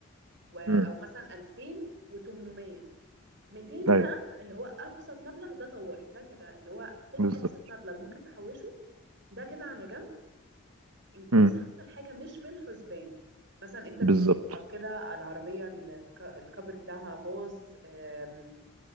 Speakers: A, on the right; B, on the right.
A: و- او
B: امم
A: مثلا 2800 200
B: ايوه
A: بقى اللي هو ابسط مبلغ ده طوارئ ده كده اللي هو خد
B: بالظبط
A: ابسط مبلغ ممكن تحوشه ده كده على جنب ان كيس
B: امم
A: حصل حاجه مش في الحسبان مثلا انت
B: بالظبط
A: بتسوق او كده العربيه ال- الك- الكفر بتاعها باظ آم،